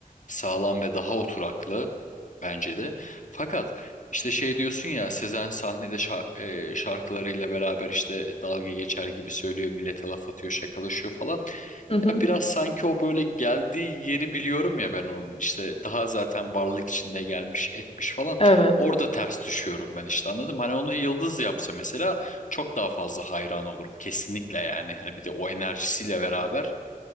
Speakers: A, on the left (about 55°); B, on the left (about 40°).
A: sağlam ve daha oturaklı bence de. Fakat işte şey diyorsun ya Sezen sahnede şa- e, şarkılarıyla beraber işte dalga geçer gibi söylüyor, millete laf atıyor, şakalaşıyor falan.
B: Hı hı.
A: Ya biraz sanki o böyle geldiği yeri biliyorum ya ben onun işte daha zaten varlık içinde gelmiş etmiş falan
B: evet.
A: orada ters düşüyorum ben işte anladım hani onu Yıldız yapsa mesela çok daha fazla hayran olurum kesinlikle yani hani bir de o enerjisiyle beraber